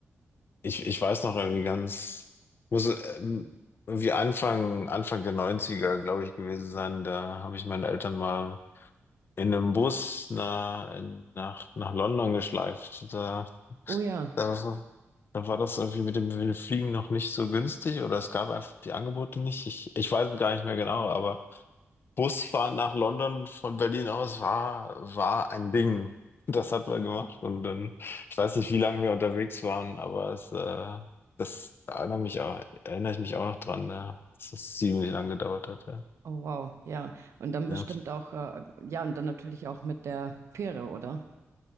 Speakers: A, on the left; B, on the right.
A: Ich, ich weiß noch irgendwie ganz, muss ähm, irgendwie Anfang, Anfang der Neunziger glaube ich, gewesen sein. Da habe ich meine Eltern mal in einem Bus na, in, nach, nach London geschleift. Da,
B: Oh ja,
A: da, da war das irgendwie mit dem, mit dem Fliegen noch nicht so günstig oder es gab einfach die Angebote nicht. Ich, ich weiß es gar nicht mehr genau, aber Busfahren nach London von Berlin aus war, war ein Ding. Das hat man gemacht und dann, ich weiß nicht, wie lange wir unterwegs waren, aber es, äh, das erinnere mich auch, erinnere ich mich auch noch dran, ne? Dass das ziemlich lang gedauert hat, ja.
B: oh wow, ja. Und dann
A: Ja,
B: bestimmt auch, äh, ja, und dann natürlich auch mit der Fähre, oder?